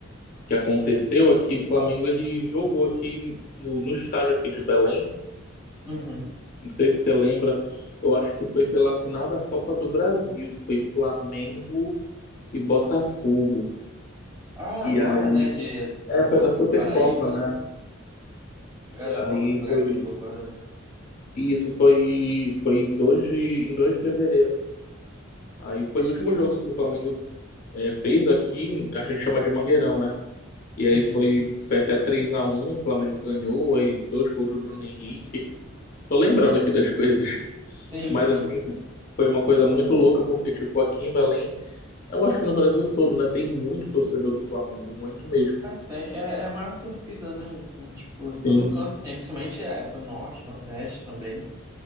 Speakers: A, on the left; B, on the right.
A: que aconteceu é que o Flamengo, ele jogou aqui no, no estádio aqui de Belém,
B: uhum.
A: Não sei se você lembra, eu acho que foi pela final da Copa do Brasil, foi Flamengo e Botafogo.
B: Ah,
A: E
B: agora,
A: aí,
B: né, de uh,
A: é, foi
B: Botafogo
A: da Supercopa,
B: do Paraíba,
A: né?
B: né? É na Copa
A: Aí
B: do Brasil
A: foi,
B: agora, né?
A: isso foi foi em dois de, em 2 de fevereiro. Aí foi o último jogo que o Flamengo é, fez aqui, a gente chama de Mangueirão, né? E
B: Uhum.
A: aí foi, foi até três a um, o Flamengo ganhou, aí dois gols do Bruno Henrique. Tô lembrando aqui das <laughs> coisas,
B: Sim,
A: mas
B: sim.
A: assim, foi uma coisa muito louca, porque tipo, aqui em Belém Eu acho que no Brasil todo, né? Tem muito torcedor do Flamengo, muito mesmo.
B: É, tem, é, é a maior torcida, né? Então, tipo,
A: Sim,
B: todo canto tem, principalmente é pro norte, nordeste também.